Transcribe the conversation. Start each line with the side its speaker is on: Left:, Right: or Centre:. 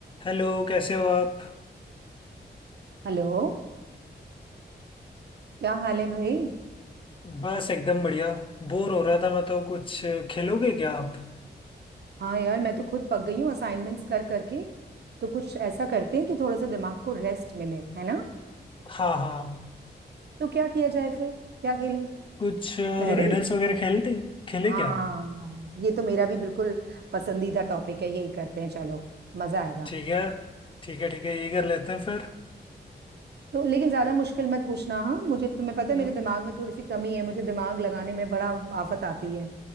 Left: Hello कैसे हो आप
Right: Hello क्या हाल है भाई
Left: बस एकदम बढ़िया बोर हो रहा था मैं तो कुछ खेलोगे क्या आप
Right: हाँ यार मैं तो खुद पक गई हूँ असाइनमेंट्स कर करके तो कुछ ऐसा करते हैं कि थोड़ा सा दिमाग को रेस्ट मिले है ना
Left: हाँ हाँ
Right: तो क्या किया जाए फिर क्या खेलें
Left: कुछ
Right: रिडल
Left: रिडल्स वगैरह खेलते खेले
Right: हाँ
Left: क्या
Right: ये तो मेरा भी बिल्कुल पसंदीदा टॉपिक है यही करते हैं चलो मजा आएगा
Left: ठीक है ठीक है ठीक है ये कर लेते हैं फिर
Right: तो लेकिन ज्यादा मुश्किल मत पूछना हाँ मुझे तो, तुम्हें पता
Left: न-
Right: है मेरे दिमाग में थोड़ी सी कमी है मुझे दिमाग लगाने में बड़ा आफत आती है